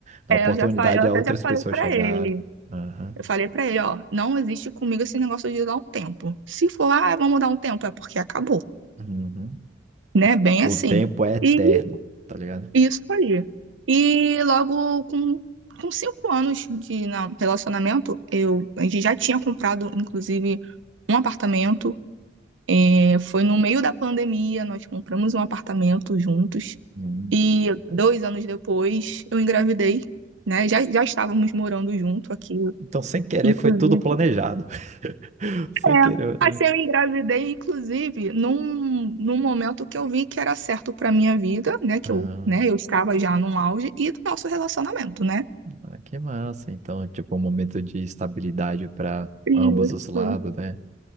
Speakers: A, on the right; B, on the right.
A: Dá
B: É,
A: oportunidade
B: eu já falei, eu até
A: a outras
B: já falei
A: pessoas
B: pra
A: chegarem.
B: ele.
A: Aham.
B: Eu falei pra ele, ó, não existe comigo esse negócio de dar um tempo. Se for, ah, vamos dar um tempo, é porque acabou,
A: Uhum.
B: né? Bem assim.
A: O tempo é eterno,
B: E
A: tá ligado?
B: Isso aí. E logo com, com cinco anos de na- relacionamento, eu, a gente já tinha comprado, inclusive, um apartamento. É, foi no meio da pandemia, nós compramos um apartamento juntos.
A: Uhum.
B: E dois anos depois, eu engravidei, né? Já, já estávamos morando junto aqui,
A: Então, sem querer,
B: inclusive.
A: foi tudo planejado. <laughs> Sem
B: É,
A: querer.
B: assim, eu engravidei, inclusive, num, num momento que eu vi que era certo para minha vida, né? Que
A: Ah,
B: eu, né, eu estava já num auge e do nosso relacionamento, né?
A: ah, que massa. Então, tipo, um momento de estabilidade para
B: Isso,
A: ambos os lados, né?